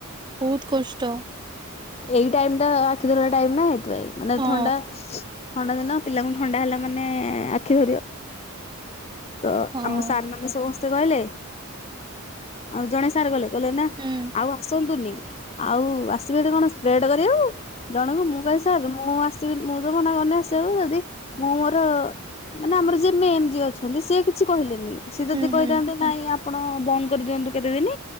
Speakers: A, on the right; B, on the left.
A: ବହୁତ କଷ୍ଟ।
B: ଏଇ ଟାଇମ ଟା ଆଖି ଧର ଟାଇମ ନା ସେଇଥିପାଇଁ ମାନେ
A: ହଁ
B: ଥଣ୍ଡା ଥଣ୍ଡା ଦିନ ପିଲାଙ୍କୁ ଥଣ୍ଡା ହେଲା ମାନେ ଆଖି ଧରିବ। ତ
A: ହଁ
B: ଆମ ସାର୍ ମାନେ ସମସ୍ତେ କହିଲେ ଆଉ ଜଣେ ସାର୍ ଗଲେ। କିଲ ନା
A: ହୁଁ
B: ଆଉ ଆସନ୍ତୁନି ଆଉ ଆସିବେ ଏଠି କଣ ସ୍ପ୍ରେଡ୍ କରିବା ଆକୁ। ଜଣକୁ ମୁଁ କହିଲି ସାର୍ ମୁଁ ଆସିବି ମୁଁ ତ ମନା କରୁନି ଆସିବାକୁ ଯଦି ମୁଁ ମୋର ମାନେ ଆମର ଯିଏ ମେନ ଯିଏ ଅଛନ୍ତି ସିଏ କିଛି କହିଲେନି ସିଏ
A: ହୁଁ
B: ଯଦି କହିଥାନ୍ତେ
A: ହୁଁ।
B: ନାଇଁ ଆପଣ ବନ୍ଦ କରିଦିଅନ୍ତୁ କେତେ ଦିନ